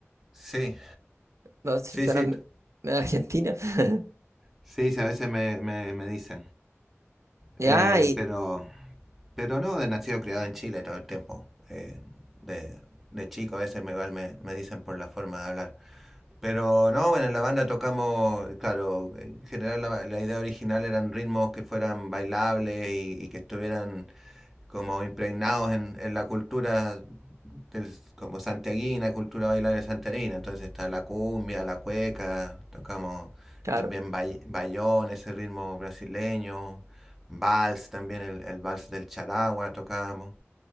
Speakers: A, in the centre; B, on the right.
A: Sí,
B: No, su-
A: sí,
B: suena
A: sí.
B: me-
A: t-
B: medio argentino. <laughs>
A: Sí, sí, a veces me, me, me dicen.
B: Ya,
A: Eh,
B: y
A: pero, pero no, de nacido criado en Chile todo el tiempo. Eh, de, de chico a veces me, igual me, me dicen por la forma de hablar. Pero no, bueno, en la banda tocamos, claro, en general la, la idea original eran ritmos que fueran bailables y, y que estuvieran como impregnados en, en la cultura del- como santiaguina, cultura bailar santiaguina. Entonces está la cumbia, la cueca, tocamos
B: claro.
A: también bay- bayón, ese ritmo brasileño, vals también, el, el vals del charagua tocamos.